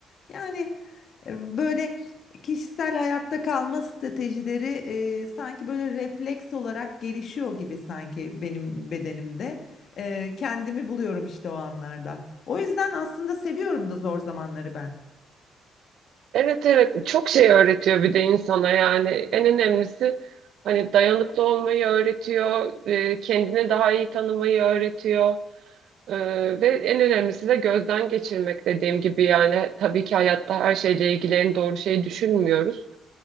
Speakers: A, on the left (about 60°); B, on the right (about 75°).
A: Yani e, böyle kişisel hayatta kalma stratejileri e, sanki böyle refleks olarak gelişiyor gibi sanki benim bedenimde. Ee, kendimi buluyorum işte o anlarda. O yüzden aslında seviyorum da zor zamanları ben.
B: Evet evet çok şey öğretiyor bir de insana yani en önemlisi hani dayanıklı olmayı öğretiyor, e, kendini daha iyi tanımayı öğretiyor E, ve en önemlisi de gözden geçirmek dediğim gibi yani tabii ki hayatta her şeyle ilgili en doğru şeyi düşünmüyoruz.